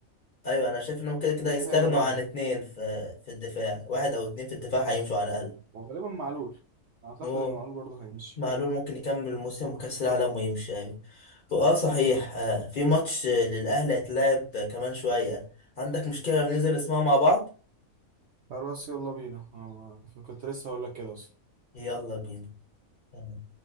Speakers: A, on the left; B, on the right.
A: ايوه انا شايف انهم كده كده
B: يحيى
A: هيستغنوا
B: ده بره
A: عن اتنين في في الدفاع واحد او اتنين في الدفاع هيمشوا على الاقل
B: وغالبا معلول اعتقد
A: هو
B: ان معلول برضه هيمشي
A: معلول ممكن يكمل الموسم وكاس العالم ويمشي ايوه واه صحيح
B: اه
A: آه في ماتش آه، للاهلي هيتلعب كمان شويه عندك مشكله لو ننزل نسمعه مع بعض
B: خلاص يلا بينا انا ما- كنت لسه هقول لك كده اصلا
A: يلا بينا تمام.